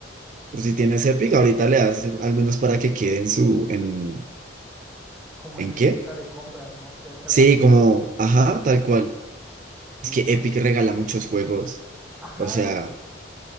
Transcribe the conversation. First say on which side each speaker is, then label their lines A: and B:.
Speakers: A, on the right; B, in the centre.
A: por si tienes Epic, ahorita le das al menos para que quede en su, en,
B: como
A: ¿en
B: en mi
A: qué?
B: lista de compras, ¿no? Es algo
A: Sí,
B: así,
A: como,
B: ¿no?
A: ajá, tal cual.
B: Sí,
A: Es que
B: no.
A: Epic regala muchos juegos.
B: Ajá,
A: O sea,